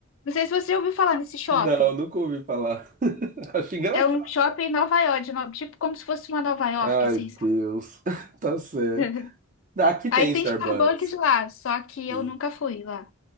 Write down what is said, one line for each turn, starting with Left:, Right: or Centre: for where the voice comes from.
Left: Não sei se você já ouviu falar nesse shopping.
Right: Não, nunca ouvi falar. <laughs> Acho engraçado.
Left: É um shopping em Nova York, de no- tipo como se fosse uma Nova York,
Right: Ai,
Left: assim,
Right: Deus. <laughs> Tá certo.
Left: sabe?
Right: Aqui tem
Left: Aí tem
Right: Starbucks.
Left: Starbucks lá, só que eu
Right: Sim.
Left: nunca fui lá.